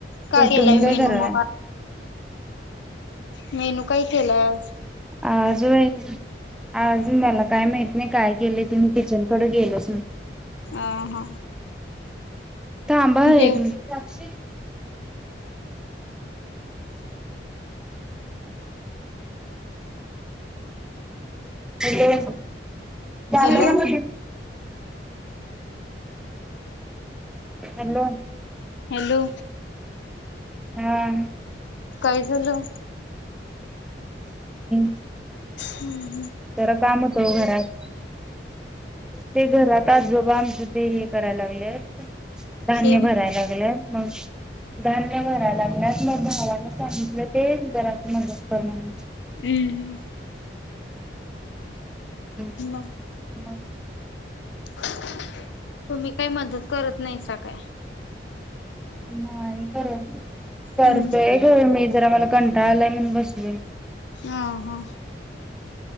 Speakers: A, on the left (about 80°); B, in the centre.
A: काय केला
B: तुम्ही
A: मेनू
B: करालाय
A: बाबा मेनू काय केलाय आज?
B: आज व्हय आज मला काय माहित नाही काय गेले ते मी किचनकडे गेलच नाय.
A: आ हा.
B: थांबा एक
A: जेव
B: मिनिट. <unintelligible>
A: हॅलो
B: हॅलो
A: हॅलो
B: हां.
A: काय झालं?
B: ह <inaudible>
A: हम्म.
B: जरा काम होतो घरात. ते घरात आजोबा आमचे ते हे करायला लागल्यात धान्य
A: हे
B: भराय लागल्यात. मग धान्य भराय लागल्यात मग भावाला सांगितलं ते जरा असं मदत कर म्हणून
A: अं हम्म.
B: हम्म
A: मग
B: म
A: <unintelligible> तुम्ही काय मदत करत नाहीसा काय?
B: नाही करत करतोय
A: हम्म
B: ग मी. जरा मला कंटाळा आलाय म्हणून बसलोय.
A: हा हा.